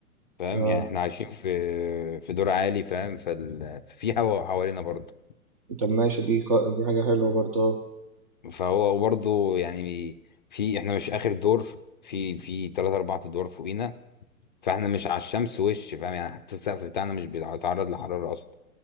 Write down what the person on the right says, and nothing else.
اه
طب ماشي دي خ... دي حاجة حلوة برضه آه.